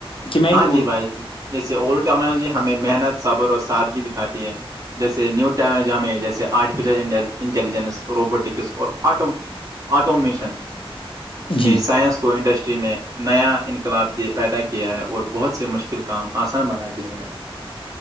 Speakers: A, on the left; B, on the right.
A: کہ میں
B: ہاں
A: ہی بولوں
B: جی بھائی جیسے اولڈ ٹیکنالوجی ہمیں محنت صبر اور سادگی دکھاتی ہے جیسے نیو ٹیکنالوجی ہمیں جیسے آرٹیفیشیل انٹیلیجنس روبوٹکس اور آٹو آٹومیشن نے
A: جی
B: سائنس کو انڈسٹری میں نیا انقلاب دے پیدا کیا ہے اور بہت سے مشکل کام آسان بنا دیے ہیں